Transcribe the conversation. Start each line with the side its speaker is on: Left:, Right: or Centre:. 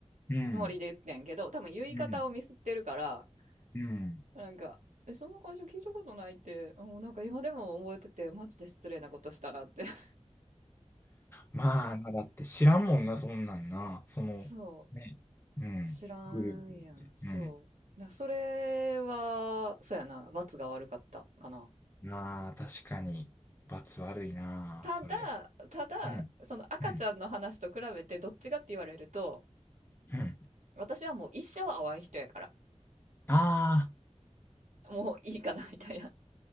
Left: うん。
Right: つもりで言ってんけど、多分言い方をミスってるから、
Left: うん。うん。
Right: なんか、え、そんな会社聞いたことないって、もうなんか今でも覚えてて、マジで失礼なことしたなって。<laughs>
Left: まあな、だって知らんもんな、そんなんな。その、
Right: そ
Left: ね。うん。
Right: う、知らんやん、
Left: グループって。
Right: そう。
Left: うん。
Right: な、それは、そうやな、罰が悪かったかな。
Left: なあ、確かに、罰悪いなあ、
Right: ただ、
Left: それ。
Right: ただ、
Left: うん。
Right: その赤ちゃんの話と比べてどっちがって言われると、
Left: うん。うん。
Right: 私はもう一生会わん人やから。
Left: ああ。
Right: もういいかなみたいな。